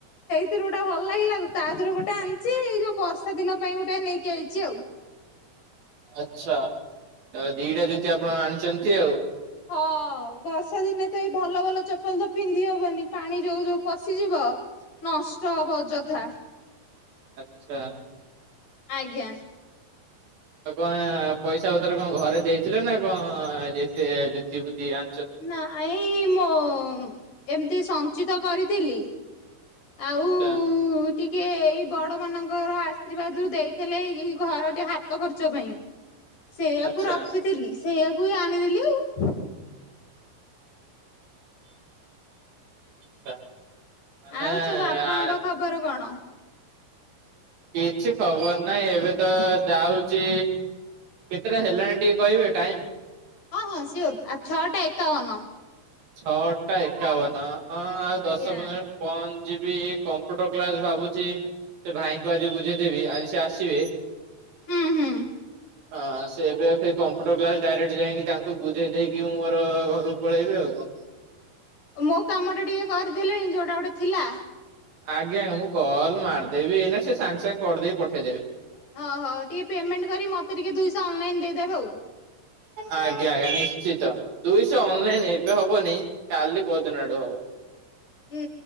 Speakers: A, on the left; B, on the right.
A: ଥିରୁ ଓଟା ଭଲ ଲାଗିଲା ତା ଥୁରୁ ଗୋଟେ ଆନଚି ଏ ଯୋଉ ବର୍ଷା ଦିନ ପାଇଁ ଗୋଟେ ନେଇକି ଆଇଚି ଆଉ।
B: ଆଚ୍ଛା ତ ଦିଟା ଜୁତି ଆପଣ ଆଣଚନ୍ତି ଆଉ।
A: ହ। ବର୍ଷା ଦିନେ ତ ଏଇ ଭଲ ଭଲ ଚପଲ ତ ପିନ୍ଧି ହବନି। ପାଣି ଯୋଉ ଯୋଉ ପଶିଯିବ ନଷ୍ଟ ହବ ଅଯଥା।
B: ଆଚ୍ଛା।
A: ଆଜ୍ଞା।
B: ଆଉ କଁ ପଇସା ପତର କଁ ଘରେ ଦେଇଥିଲେ ନା କଁ ଯେତେ ଜୁତି ଫୁତି ଆ
A: ନାଁ ଏଇ ମୋ ଏମତି ସଞ୍ଚିତ କରିଥିଲି। ଆଉ
B: ଆଚ୍ଛା
A: ଟିକେ ଏଇ ବଡ଼ମାନଙ୍କର ଆଶୀର୍ବାଦରୁ ଦେଇଥିଲେ ଏଇ ଘରଟି ହାତ ଖର୍ଚ୍ଚ ପାଇଁ। ସେଇଆକୁ
B: ଆଚ୍ଛା
A: ରଖିଥିଲି ସେଇଆକୁ ହି ଆଣିଦେଲି ଆଉ।
B: ଛା ମାନେ
A: ଆଉ ସବୁ ଆପଣଙ୍କ
B: ଆ
A: ଖବର କଣ?
B: କିଛି ଖବର ନାଇଁ ଏବେ ତ ଯାଉଚି କେତେଟା ହେଲାଣି ଟିକେ କହିବେ ଟାଇମ୍?
A: ହଁ ହଁ ସିଓର୍ ଆ ଛଅଟା ଏକାବନ।
B: ଛଅଟା ଏକାବନ। ହଁ ଆଉ ଦଶ
A: ଆଜ୍ଞା।
B: ପନ୍ଦର ପଁ ଯିବି କମ୍ପୁଟର୍ କ୍ଲାସ୍ ଭାବୁଚି ସେ ଭାଇଙ୍କୁ ଆଜି ବୁଝେଇଦେବି ଆଜି ସେ ଆସିବେ।
A: ହୁଁ ହୁଁ।
B: ହଁ ସେ ଏବେ ଏଫେ କମ୍ପୁଟର୍ କ୍ଲାସ୍ ଡାଇରେକ୍ଟ ଯାଇଁକି ତାଙ୍କୁ ବୁଝେଇ ଦେଇକି ମୁଁ ମୋର ଘରୁକୁ ପଳେଇବି। ଆଉ କଁ?
A: ମୋ କାମଟା ଟିକେ କରିଦେଲେଣି ଯୋଉଟା ଓଟେ ଥିଲା?
B: ଆଜ୍ଞା ଆଜ୍ଞା ମୁଁ କଲ୍ ମାରଦେବି ଏଇନା ସେ ସାଙ୍ଗ୍ ସାଙ୍ଗ୍ କରିଦେଇକି ପଠେଇଦେବେ।
A: ଅହ ଟିକେ ପେମେଣ୍ଟ୍ କରି ମତେ ଟିକେ ଦୁଇଶ ଅନଲାଇନ୍ ଦେଇଦେବେ ଆଉ।
B: ଆଜ୍ଞା ଆଜ୍ଞା ନିଶ୍ଚିତ ଦୁଇଶ ଅନଲାଇନ୍ ଏବେ ହବନି କାଲି ପହଦିନ ଆଡ଼ୁ ହବ।
A: ହୁଁ